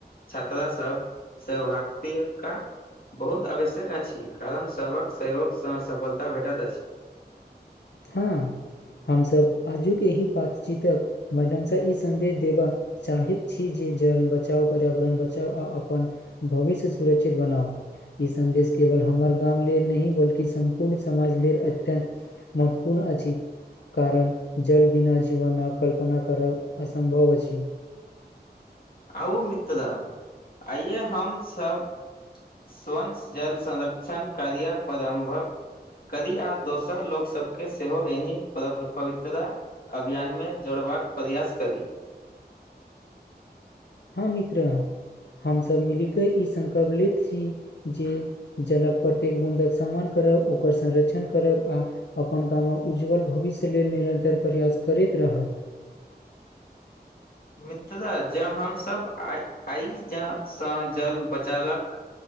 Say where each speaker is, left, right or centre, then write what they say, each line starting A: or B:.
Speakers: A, on the left (about 60°); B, on the left (about 85°).
A: छात्रा सब सौभाग <inaudible> का बहुत आवश्यक अछि कारण सबहक सहयोगसँ सफलता भेटत अछि।
B: हाँ, हमसब आजुक एहि बातचीतक मध्यमसँ इ सन्देश देबह चाहित छी जे जल बचाव पर्यावरण बचाव आ अपन भविष्य सुरक्षित बनाऊ। इ सन्देश केवल हमर गाँम लेल नहि बल्कि सम्पूर्ण समाज लेल अत्यन्त महतपूर्ण अछि। कारण जल बिना जीवन आ कल्पना करब असम्भब अछि।
A: आउ मितरा आइये हम सब स्वंस जल संरक्षण कार्य परंभक करी आ दोसर लोक सबके सेहो एहि प्रभ- पवित्रता अभियान मे जोड़बाक प्रयास करी।
B: हाँ मित्र हमसब मिलि के इ संकल्प लैत छी जे जलक प्रत्येक बूँदक सम्मान करब ओकर संरक्षण करब आ अपन गामक उज्जवल भविष्य लेल निरंन्तर प्रयास करैत रहत।
A: मित्र जॅं हमसब आ आइ ज सँ जल बचइलक